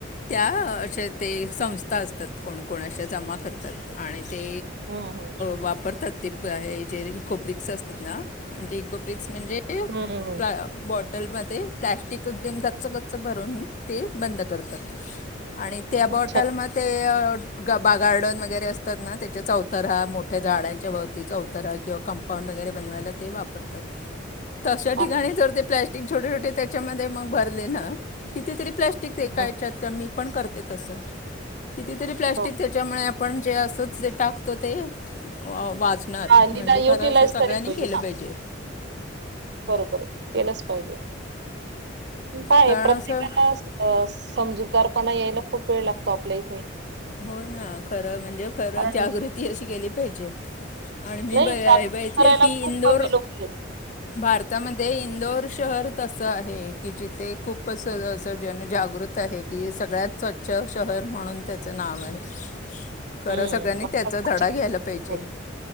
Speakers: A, on the left; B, on the right.
A: त्या असे ते संस्था असतात कोण कोण असे जमा करतात आणि ते
B: हं
A: वाप ते ज इकोब्रिक्स असतात ना म्हणज ते इकोब्रिक्स म्हणजे
B: हं हं
A: प् बॉटलमध्ये प्लॅस्टिक एकगदीम गच्च गच्च भरून ते बंद करतात. आणि त्या बॉटलमध्ये
B: अच्छा
A: ते ग बा गार्डन वगैरे असतात ना त्याच्या चौतार मोठ्या झाडांच्या भवती चौ तर किंवा कंपाऊंड बनवाएला वापतात तसा
B: अ,
A: ठिकाणी जर ते प्लास्टिक छोटे छोटे त्याच्यामध्ये मग भरले ना कितीतरी प्लास्टिककायच्या
B: हं
A: मी पण करत ते तस कितीतरी प्लस्टिक
B: हो
A: त्याच्यामुळे आपण जे असच जे टाकतो ते वाचणार
B: हा
A: म्हणजे
B: निदान
A: खरं
B: युटिलाइज
A: असं सगळ्यांनी
B: तरी होईल
A: केलं
B: ना
A: पाहिजे.
B: बरोबर आहे केलंच पाहिजे. काय
A: कारण
B: प्रत्येकाला
A: असं
B: अ समजूतदारपणा यायला खूप वेळ लागतो आपल्या इथे
A: हो ना खरं म्हणजे खरं
B: कारण
A: जागृती अशी केली पाहिजे. आणि मी
B: नाही
A: ब हे
B: जागृत
A: बघितले
B: करायला
A: की
B: खूप
A: इंदोर
B: कमी लोक आहेत.
A: भारतामध्ये इंदोर शहर तसं आहे की जिथे खूप असं जनजागृत आहे कि सगळ्यात स्वच्छ. शहर म्हणून त्याचं नाव आहे. खर
B: हम्म.
A: सगळ्यांनी
B: आता
A: त्याचा
B: क्वचितच
A: धडा घ्यायला पाहिजे.
B: हो